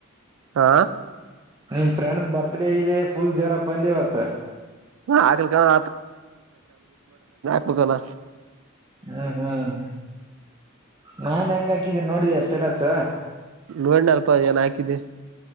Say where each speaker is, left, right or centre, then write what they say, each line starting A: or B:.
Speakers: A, on the right; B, on the right.
A: ಹಾ
B: ನಿಮ ಫ್ರೆಂಡ್ ಬರ್ಥ್ ಡಬರ್ತಡೇ ಇದೆ ಫುಲ್ ಜ್ರಪ್ಪ ಅಂದವತ್ತ
A: ಹಾಕ್ಲಿಕಂದ್ರ ಹೌದಲ್ಲ
B: ಹ್ಮ್ ಹ್ಮ್ ನಾನ್ ಹೆಂಗ ಹಾಕಿದ್ದೀಿ ನೋಡಿದಯ ಸ್ಟೇಟಸ್
A: ನೋಡಣ ಅಲ್ಪ ಏನ್ ಹಾಕಿದ್ದೆ